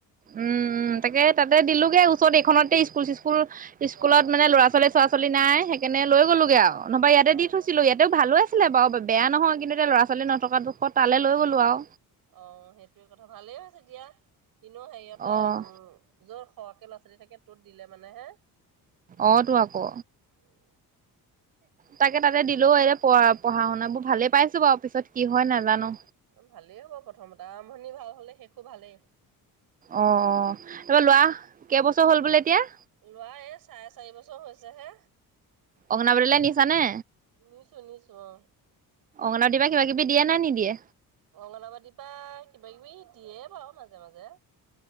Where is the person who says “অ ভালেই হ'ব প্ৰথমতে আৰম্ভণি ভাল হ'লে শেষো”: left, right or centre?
Right